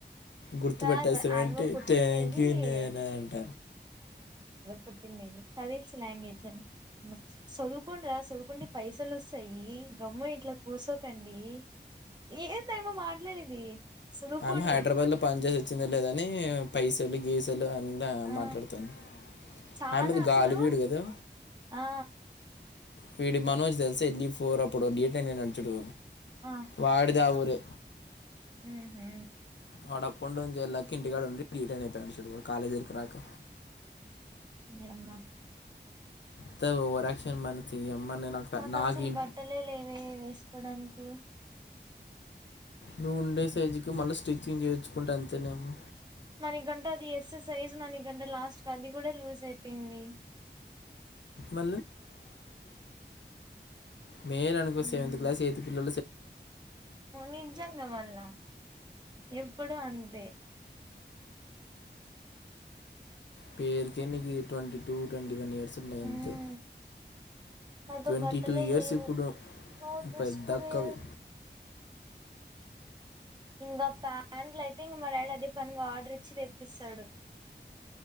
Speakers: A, on the left; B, on the right.
A: గుర్తపెట్టేసవంటే
B: కాదు ఆయమ్మ పుట్టిండేది
A: థాంక్యూ నాన అంట
B: పుట్టిందండి కదేశ లాంగ్వేజ్ను చదువుకోండ్రా చదువుకుండి పైసలు వస్తయి గమ్ము ఇట్లా కుసోకండి ఏంది ఆమె మాట్లాడేది చదువుకోండి
A: ఆమె హైదరాబాద్ లో పని చేసి వచ్చింద లేదని పైసలు గీసలు ద
B: ఆ
A: మాట్లాడుతాను
B: చానా
A: ఆయమీద
B: అసలు
A: గాలి వీడు కదా
B: ఆ
A: వీడి మనోజ్ తెలుసా వెళ్ళి పోరు అప్పుడు <unintelligible> నడుచుడు
B: ఆ
A: వాడిదావు వె
B: ఉహు
A: వాడు అప్ అండ్ డౌన్ చేయళకి ఇంటికాడ ఉండి రీటైన్ అయిపోయినడు చుడు కాలేజ్ దగర రాక
B: ఇ అమ్మా
A: త ఓవరాక్షన్ మన చెయ్యమ్మ నే నా
B: మాకు
A: నాకు
B: అస్సలు
A: ఇ
B: బట్టలే లేవే వేసుకోవడానికి
A: నువ్వు ఉండే సైజుకి మళ్ళీ స్టిచ్చింగ్ చేయించుకుంటే అంతేనేమో
B: మన గంట అది ఎస్ సైజు మన గంట లాస్ట్ అది కూడా లూజ్ అయిపొంది
A: మ మ అనుకో
B: ఉమ్
A: సెవెంత్ క్లాస్ ఎయిత్ పిల
B: నిజంగా మళ్ళా ఎప్పుడు అంతే
A: పేరుకే నీకు twenty two twenty one years ఉన్నాయి అంతే
B: ఉమ్ నాతో
A: ట్వంటీ
B: బట్టలే
A: టూ ఇయర్స్
B: లేవు
A: ఇప్పుడు
B: నో డ్రెస్
A: పెద్దక్కవి
B: టు వేర్ ఇంగ ప్యాంట్లు అయితే ఇంగ మా డాడీ అదే పనిగా ఆర్డర్ ఇచ్చి తెప్పిస్తాడు